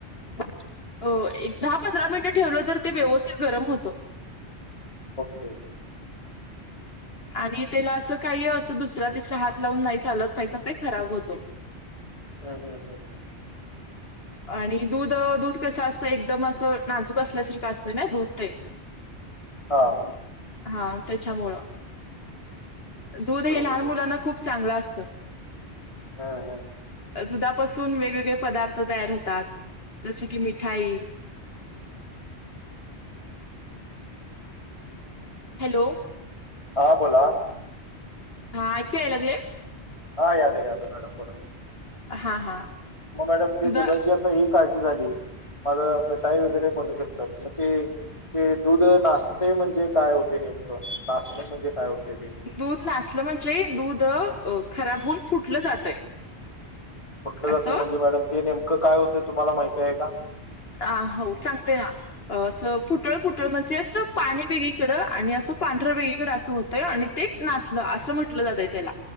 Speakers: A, on the left (about 60°); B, on the left (about 25°).
A: हो, एक दहा पंधरा मिनिटं ठेवलं तर, ते व्यवस्थित गरम होतं.
B: ओके.
A: आणि त्याला असं काही, असं दुसरा तिसरा हात लावून नाही चालत, नाही त ते खराब होत.
B: हं हं हं.
A: आणि दूध दूध कसं असतय, एकदम असं नाजूक असल्यासारखं असतंय ना, दूध ते. <inaudible>
B: हां.
A: हा त्याच्यामुळं, दूध हे
B: ओके
A: लहान मुलांना खूप चांगलं असतं.
B: हम्म हम्म.
A: दुधापासून वेगवेगळे पदार्थ तयार होतात, जसं की मिठाई. हॅलो.
B: हा बोला.
A: हा ऐकूयेया लागले.
B: हा याले याल मॅडम बोला,
A: हा हा
B: म मॅडम ते
A: दुधा
B: दुधाच आता ही काळजी झाली, माग मिठाई वगैरे बनू शकतात, त ते ते दूध नासते म्हणजे काय होते नेमकं? नासणे म्हणजे काय होते ते?
A: दूध नासलं म्हणजे, दूध खराब होऊन, फुटलं जातय.
B: फुठलं जातय
A: असं
B: म्हणजे, मॅडम ते नेमकं काय होतय, तुम्हाला माहिती आहे का?
A: आ हो, सांगते ना. असं फुटळ फुटळ म्हणजे असं, पाणी वेगळीकडं, आणि असं पांढरं वेगळीकड, असं होतंय, आणि ते नासल, असं म्हंटलं जातय त्याला.